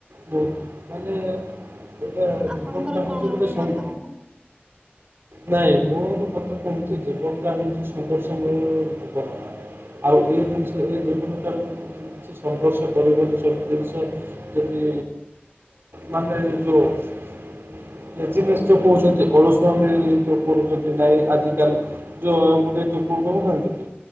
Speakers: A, on the right (about 75°); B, on the right (about 25°).
A: ବହୁତ ମାନେ ଏଇଟା
B: ଆପଣଙ୍କର
A: ଜୀବନଟା ହେଉଛି
B: କଣ
A: ଗୋଟେ
B: ରୁହେ
A: ସଂ
B: ମତାମତ?
A: ନାଇଁ ମୋର ମତେ କହୁଛି ଜୀବନ ଟା ହଉଛି ସଂଘଷ ଜୀବନ ହେଲା। ଆଉ ଏ ଜିନିଷ ଏ ଯବନତାରେ ଯଦି କିଛି ସଂଘର୍ଷ କରିବନ ସବୁ ଜିନିଷ ଯଦି ମାନେ ଲେଜ଼ନେସେ ଯଉ କହୁଛନ୍ତି ଅଳୁସୁଆ ଯ କରୁଛନ୍ତି ନାଇଁ ଆଜିକାଲି ଯୋଉ ଗୋଟେ ଯୋକ କହୁନାହାନ୍ତି କି?